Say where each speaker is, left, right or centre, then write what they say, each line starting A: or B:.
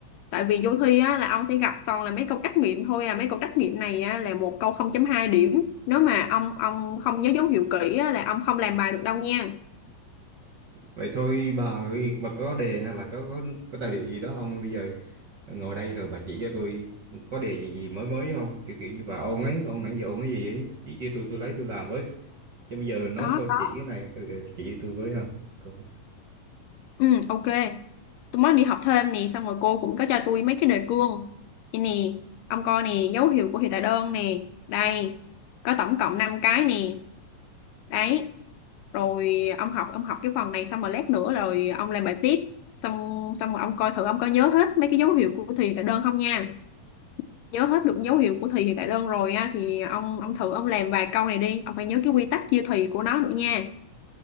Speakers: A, on the left; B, on the right.
A: tại vì vô thi á là ông sẽ gặp toàn là mấy câu trắc nghiệm thôi à mấy câu trắc nghiệm này á, là một câu 0.2 điểm nếu mà ông ông không nhớ dấu hiệu kỹ á, là ông không làm bài được đâu nha
B: Vậy thôi bà ơi, bà có đề hay là có, có có tài liệu gì đó không? Bây giờ ngồi đây rồi bà chỉ cho tôi có đề gì gì mới mới không? Kiểu kiểu như bà ôn ấy, ôn nãy giờ ôn cái gì ấy, chỉ cho tôi tôi lấy tôi làm với. Chứ bây giờ nói
A: có
B: tôi
A: có
B: chỉ cái này, ừ, ừ, chỉ cho tôi với ha. Coi.
A: ừ ok tôi mới đi học thêm nè xong rồi cô cũng có cho tôi mấy cái đề cương đây nè ông coi nè dấu hiệu của hiệu tại đơn nè đây có tổng cộng 5 cái nè đấy rồi ông học ông học cái phần này xong rồi lát nữa rồi ông làm bài tiếp xong xong rồi ông coi thử ông có nhớ hết mấy cái dấu hiệu của thì tại đơn không nha nhớ hết được dấu hiệu của thì hiệu tạ đơn rồi á thì ông ông thử ông làm vài câu này đi ông phải nhớ cái quy tắc chia thì của nó nữa nha